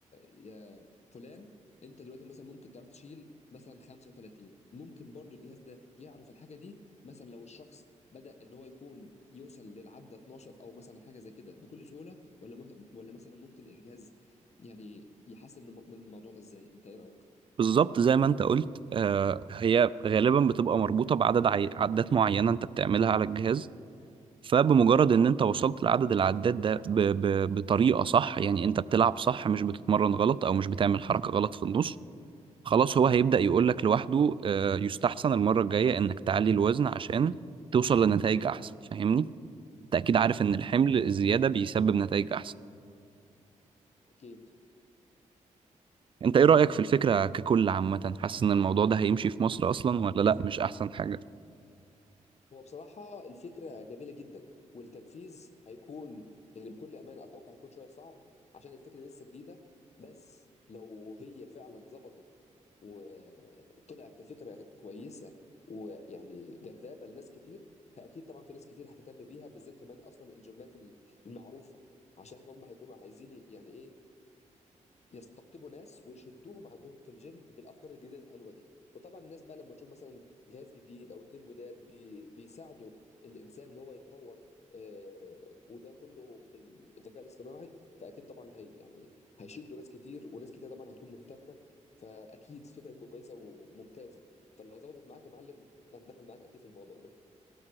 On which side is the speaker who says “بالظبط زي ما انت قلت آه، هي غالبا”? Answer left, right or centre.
Right